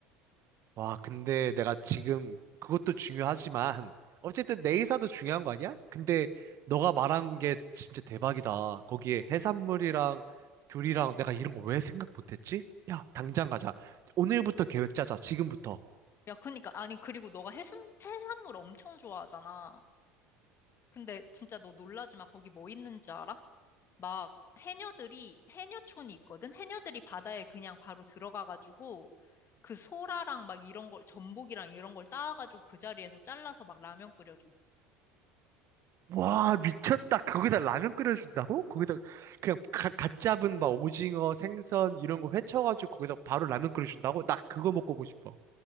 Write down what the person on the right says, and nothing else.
와, 근데 내가 지금 그것도 중요하지만 어쨌든 내 의사도 중요한 거 아니야? 근데 너가 말한 게 진짜 대박이다. 거기에 해산물이랑 교리랑 내가 이런 거 왜 생각 못했지? 야, 당장 가자. 오늘부터 계획 짜자. 지금부터.
와, 미쳤다. 거기다 라면 끓여준다고? 거기다 그냥 가, 갓 잡은 막 오징어, 생선 이런 거 회쳐가지고 거기다 바로 라면 끓여준다고? 나 그거 먹고 보고 싶어.